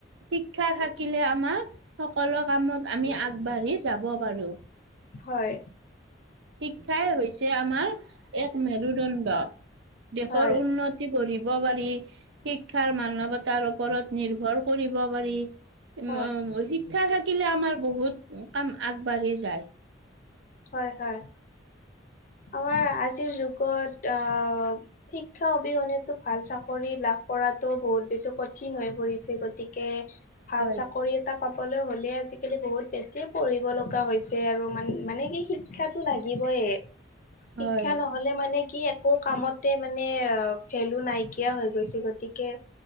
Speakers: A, on the right; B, on the left.
A: শিক্ষা থাকিলে আমাৰ সকলো কামত আমি আগবাঢ়ি যাব পাৰো।
B: হয়।
A: শিক্ষাই হৈছে আমাৰ এক মেৰুদণ্ড। দেশৰ
B: হয়
A: উন্নতি গঢ়িব পাৰি শিক্ষাৰ মানৱতাৰ ওপ- ৰত নিৰ্ভৰ কৰিব পাৰি, ওম
B: হয়
A: শি- ক্ষা থাকিলে আমাৰ বহুত কাম আগবাঢ়ি যায়।
B: হয় হয়। আমাৰ আজিৰ যুগত আহ শিক্ষা অবিহনে- টো ভাল চাকৰি লাভ কৰাটো বহুত বেছি কঠিন হৈ পৰিছে গতিকে- কে ভাল
A: হয়
B: চাকৰি- টা পাবলৈ হলে আজিকালি বহুত বেছি পঢ়িব লগা হৈছে আৰু মা মানে কি শি- ক্ষা তো লাগিবয়ে। শিক্ষা
A: হয়
B: ন- হলে মানে কি একো কামতে মানে ভেলু নাইকিয়া হৈ গৈছে, গতিকে-